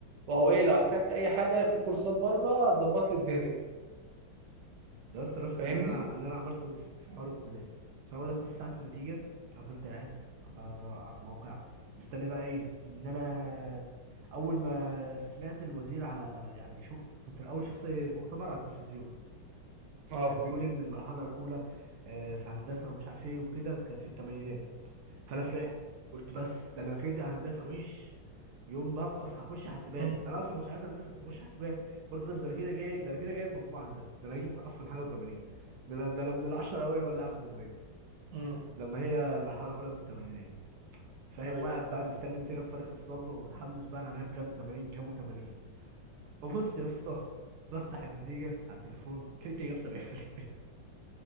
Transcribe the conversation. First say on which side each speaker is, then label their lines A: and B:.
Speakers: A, on the right (about 60°); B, on the right (about 80°).
A: وهو ايه لو احتجت اي حاجه في كورسات بره هتظبط لي الدنيا
B: ده يا اسطى نفس
A: فاهمني
B: اللي انا اللي انا عملته في حوار الكليه بس هقول لك نص ساعه النتيجه انا فضلت قاعد عمال ادور على الموقع مستني بقى ايه ان انا اول ما سمعت الوزير على يعني شو كنت الاول شفت مؤتمر على التلفزيون
A: اه
B: كان بيقول ان المرحله الاولى آه، في هندسه ومش عارف ايه وكده كانت في الثمانينات فانا فرحت قلت بس ده انا كده هندسه وش يوم بنقص هخش حاسبات
A: امم
B: انا اصلا ما كنتش عايز هندسه كنت اخش حاسبات فقلت بس ده انا كده جاي ده انا كده جايب مجموعه هندسه ده انا هجيب اصلا حاجه و80 ده انا ده انا من العشره الاوائل ولاعه الجمهوريه
A: امم
B: لما هي المرحله الاولى من الثمانينات فاهم
A: ايوه
B: وقاعد بقى مستني نتيجه بفارغ الصبر ومتحمس بقى انا جايب كام 80 كام و80 ببص يا اسطى بفتح النتيجه على التليفون <laughs> لقيت جايب 70%